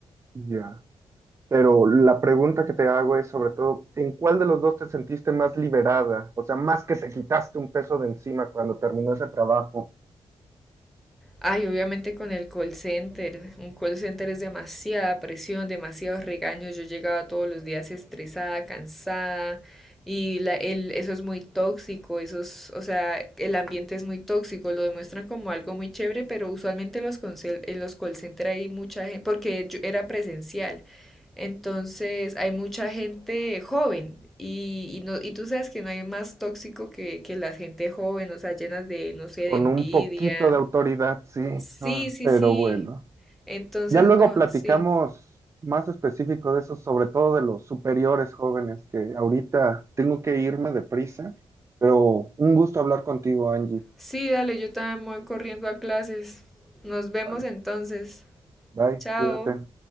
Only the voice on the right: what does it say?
Ya. Pero la pregunta que te hago es sobre todo, ¿en cuál de los dos te sentiste más liberada? O sea, más que te quitaste un peso de encima cuando terminó ese trabajo,
con
un poquito de autoridad, sí.
Ah,
pero
bueno.
Ya luego
platicamos
más específico de eso, sobre todo de los superiores jóvenes, que ahorita tengo que irme deprisa, pero un gusto hablar contigo, Angie.
Vale,
bye,
cuídate.